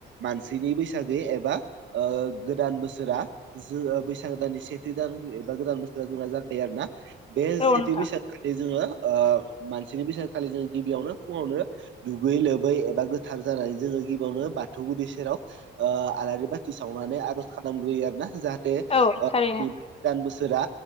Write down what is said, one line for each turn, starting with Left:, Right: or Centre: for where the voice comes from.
Right: मानसिनि बैसागै एबा ओ गोदान बोसोरा जो बैसागो दाननि सेथि दान एबा गोदान बोसोरा जोंना जायो आरो ना बे
Left: औ
Right: सेथि
Left: नोंथां
Right: बैसाग खालि जोङो ओ मानसिनि बैसागो खालि जों गिबियावनो फुङावनो दुगै लोबै एबा गोथार जानानै जोङो गिबियावनो बाथौ गुदि सेराव ओ आलारि बाथि सावनानै आरज खालामग्रोयो आरो ना जाहाथे
Left: औ थारैनो
Right: <unintelligible> दान बोसोरा